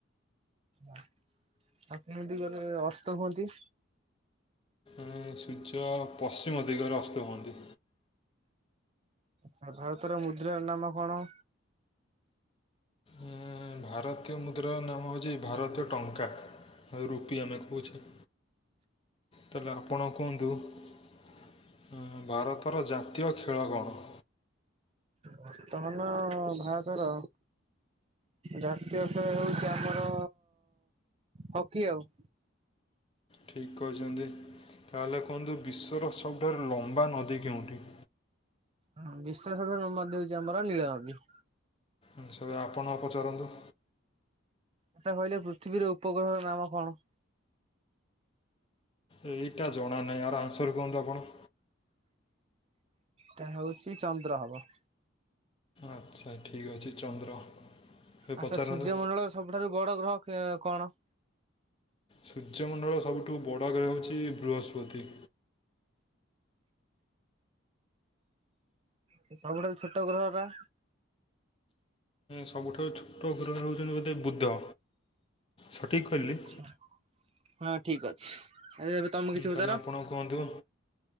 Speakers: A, on the right; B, on the left.
A: ଆଉ କେଉଁ ଦିଗରେ ଅସ୍ତ ହୁଅନ୍ତି?
B: ଉଁ ସୂର୍ଯ୍ୟ ପଶ୍ଚିମ ଦିଗରେ ଅସ୍ତ ହୁଅନ୍ତି।
A: ଆଛା ଭାରତର ମୁଦ୍ରା ନାମ କଣ?
B: ଏଁ, ଭାରତୀୟ ମୁଦ୍ରାର ନାମ ହେଉଛି ଭାରତୀୟ ଟଙ୍କା ଆଉ ରୁପି ଆମେ କହୁଛେ। ତାହେଲେ ଆପଣ କୁହନ୍ତୁ? ଅ ଭାରତର ଜାତୀୟ ଖେଳ କଣ?
A: ବର୍ତ୍ତମାନ ଭାରତ ର ଜାତୀୟ ଖେଳ ହେଉଛି ଆମର ହକି ଆଉ।
B: ଠିକ୍ କହିଛନ୍ତି ତାହେଲେ କୁହନ୍ତୁ ବିଶ୍ୱର ସବୁଠାରୁ ଲମ୍ବା ନଦୀ କେଉଁଠି?
A: ହଁ ବିଶ୍ୱର ସବୁଠାରୁ ନମ୍ବର ଦଉଛି ଆମର ଲୀଳ ନଦୀ।
B: ଆଛା ଆପଣ ପଚାରନ୍ତୁ।
A: ଏଟା କହିଲେ ପୃଥିବୀର ଉପଗ୍ରହର ନାମ କଣ?
B: ଏଇଟା ଜଣା ନାହିଁ ଆର୍ ଆନ୍ସର୍ କୁହନ୍ତୁ ଆପଣ?
A: ଏଟା ହଉଛି ଚନ୍ଦ୍ର ହବ।
B: ଆଚ୍ଛା ଠିକ୍ ଅଛି ଚନ୍ଦ୍ର। ଏବେ
A: ଆଚ୍ଛା
B: ପଚାରନ୍ତୁ।
A: ସୂର୍ଯ୍ୟମଣ୍ଡଳର ସବୁଠାରୁ ବଡ ଗ୍ରହ କେ କଣ?
B: ସୂର୍ଯ୍ୟମଣ୍ଡଳର ସବୁଠୁ ବଡ଼ ଗ୍ରହ ହେଉଛି ବୃହସ୍ପତି।
A: ସେ ସବୁଠାରୁ ଛୋଟ ଗ୍ରହ ଟା?
B: ସବୁଠାରୁ ଛୋଟ ଗ୍ରହ ହେଉଛନ୍ତି ବୋଧେ ବୁଦ୍ଧ ସଠିକି କହିଲି?
A: ଆଚ୍ଛା। ହଁ ଠିକ ଅଛି। ଆରେ ଏବେ ତମେ କିଛି
B: ତାହେଲେ
A: ପଚାର
B: ଆପଣ କୁହନ୍ତୁ